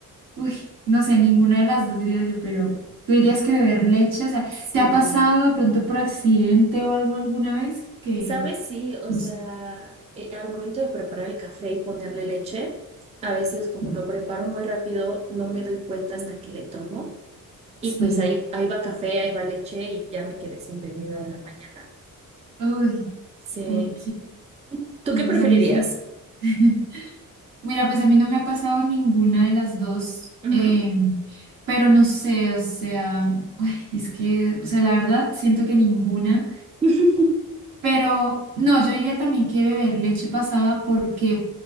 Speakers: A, on the right; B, on the right.
A: Uy, no sé, ninguna de las dos diría yo, pero tú dirías que beber leche, o sea,
B: Sí.
A: ¿te ha pasado de pronto por accidente o algo alguna vez? Que,
B: ¿Sabes? Sí, o
A: no
B: sea,
A: sé,
B: eh, al momento de preparar el café y ponerle leche, a veces como
A: sí.
B: lo preparo muy rápido, no me doy cuenta hasta que le tomo. Y
A: sí.
B: pues ahí, ahí va café, ahí va leche y ya me quedé sin bebida en la mañana.
A: Uy,
B: Sí.
A: ok.
B: ¿Tú
A: No,
B: qué preferirías?
A: pues a mí sí. <laughs> Mira, pues a mí no me ha pasado ninguna de las dos,
B: Ujú.
A: em, pero no sé, o sea. Es que, o sea, la verdad, siento que ninguna,
B: <laughs>
A: pero no, yo diría también que beber leche pasada porque,